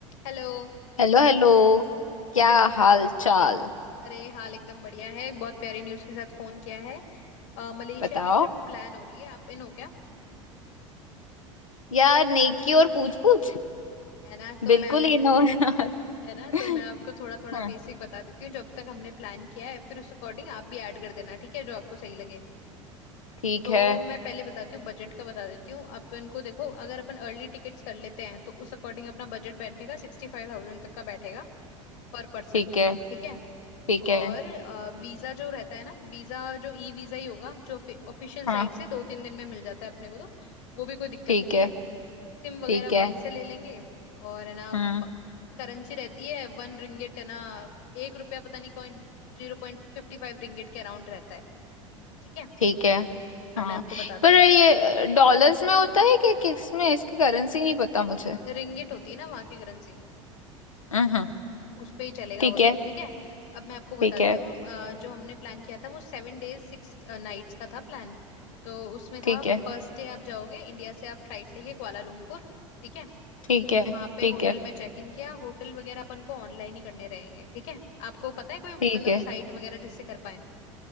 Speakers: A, on the left (about 65°); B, on the left (about 85°).
A: Hello
B: Hello hello क्या हाल चाल
A: अरे हाल एकदम बढ़िया है बहुत प्यारी न्यूज़ के साथ फोन किया है अ, मलेशिया
B: बताओ
A: की ट्रिप प्लान हो रही है आप इन हो क्या
B: यार नेकी और पूछ पूछ
A: है ना तो
B: बिल्कुल
A: मैं आप
B: ही
A: <laughs>
B: नो यार
A: है ना तो
B: <laughs>
A: मैं आपको थोड़ा थोड़ा
B: हाँ
A: बेसिक बता देती हूँ जो अब तक हमने प्लान किया है फिर उस अकॉर्डिंग आप भी ऐड कर देना ठीक है जो आपको सही लगे
B: ठीक
A: तो
B: है
A: मैं पहले बताती हूँ बजट का बता देती हूँ अपन को देखो अगर अपन अर्ली टिकट्स कर लेते हैं तो उस अकॉर्डिंग अपना बजट बैठेगा सिक्सटी फाइव थाउजेंड तक का बैठेगा पर पर्सन
B: ठीक है
A: ठीक है
B: ठीक
A: और
B: है
A: अ, वीजा जो रहता है ना वीजा जो ई वीजा ही होगा जो ऑफिशियल
B: हाँ
A: साइट से दो तीन दिन में मिल जाता है अपने को तो वो भी कोई दिक्कत
B: ठीक
A: नहीं
B: है
A: है सिम वगैरह
B: ठीक है
A: वहीं से ले लेंगे और है ना
B: हम्म
A: करेंसी रहती है वन रिंगिट है ना एक रुपया पता नहीं coin zero point fifty five ringgit के अराउंड रहता है ठीक है
B: ठीक है
A: अब
B: हाँ
A: मैं आपको बताती
B: पर
A: हूँ
B: ये डॉलर्स में होता है क्या किस में इसकी करेंसी नहीं पता मुझे
A: रिंगिट होती है ना वहाँ की करेंसी
B: हम्म
A: उस पे ही चलेगा
B: ठीक
A: वो तो
B: है
A: ठीक है अब मैं आपको बताती
B: ठीक है
A: हूँ अ, जो हमने प्लान किया था वो सेवन डेज सिक्स नाइट्स का था प्लान तो उसमें था
B: ठीक है
A: फर्स्ट डे आप जाओगे इंडिया से आप फ्लाइट लेके कुआलालंपुर ठीक है
B: ठीक है
A: वहां पे
B: ठीक
A: होटल
B: है
A: में चेक इन किया होटल वगैरह अपन को ऑनलाइन ही करने रहेंगे ठीक है आपको पता है कोई मतलब
B: ठीक है
A: साइट वगैरह जिससे कर पाए